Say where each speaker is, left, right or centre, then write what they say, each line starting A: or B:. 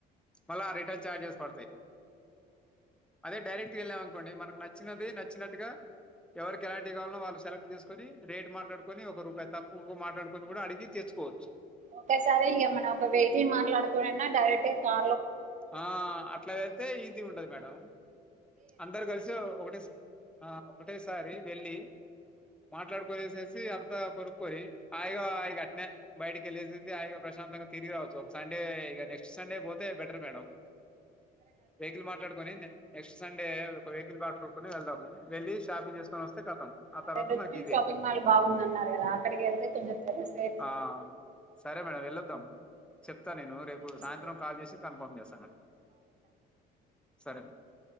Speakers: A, in the centre; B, on the right.
A: మళ్ళా రిటర్న్ చార్జెస్ పడతాయి అదే డైరెక్ట్ వెళ్ళాం అనుకోండి మనకు నచ్చినది నచ్చినట్టుగా ఎవరికి ఎలాంటి కావలో వాళ్ళు సెలెక్ట్ చేసుకొని రేట్ మాట్లాడుకు కొని ఒక రూపాయి తక్కుకు మాట్లాడుకొని కూడా అడిగి తెచ్చుకోవచ్చు
B: ఒకేసారి ఇగ మన ఒక వెహికల్ మాట్లాడుకోనన్న డైరెక్ట్ గా కా
A: ఆ అట్లాదైతే ఈజీ ఉంటది మేడం అందరు కలిసి ఒ ఒకటే ఆ ఒకటేసారి వెళ్ళి మాట్లాడుకునేసేసి అంతా కొనుక్కొని హాయిగా ఆయిగ అట్నే బయటికి వెళ్ళేసేసి హాగా ప్రశాంతంగా తిరిగి రావచ్చు ఒక సండే ఇక నెక్స్ట్ సండే పోతే బెటర్ మేడం వెహికల్ మాట్లాడుకొని నె నెక్స్ సండే ఒక వెహికల్ బాట చూట్కుని వెళ్దాము వెలి షాపింగ్ చేసుకొని వస్తే కతం ఆ
B: అదే
A: తర్వాత
B: రుక్మిణి
A: మనకి ఈజీ
B: షాపింగ్
A: అయితది
B: మాల్ బాగుందన్నారు కదా అక్కడికిళ్తే కొంచం పెద్ద సైడ్స్
A: ఆ సరే మేడం వెళ్ళొద్దాం చెప్తా నేను రేపు సాయంత్రం
B: కూడా
A: కాల్ చేసి కన్ఫర్మ్ చేస్తాను సరే